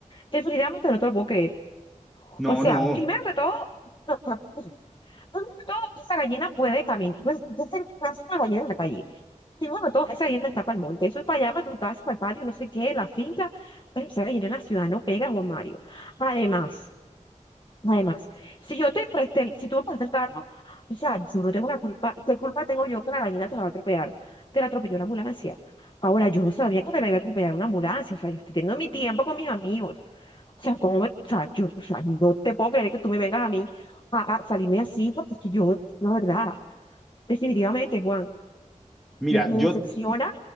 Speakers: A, on the left; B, in the centre.
A: Definitivamente no te lo puedo creer.
B: No,
A: O sea,
B: no.
A: primero que todo, pa- pa- pa- primero que todo, esa gallina puede caminar, puede puede ser puede ser una gallina en la calle. Y bueno, todo, esa guinda está para el monte, eso es para allá, para tu casa, para el patio, no sé qué, la finca, pero esa guinda en la ciudad no pega, Juan Mario. Además, además, si yo te presté, el- si tú me prestas el carro, o sea, yo no tengo la culpa, ¿qué culpa tengo yo que la gallina te la va a atropellar? Te la atropelló la ambulancia. Ahora, yo no sabía que te la iba a atropellar una ambulancia, o sea, yo estoy teniendo mi tiempo con mis amigos. O sea, ¿cómo me- o sea, yo, o sea, no te puedo creer que tú me vengas a mí a, a salirme así, porque es que yo, la verdad, definitivamente, Juan
B: Mira,
A: me, me
B: yo,
A: decepciona.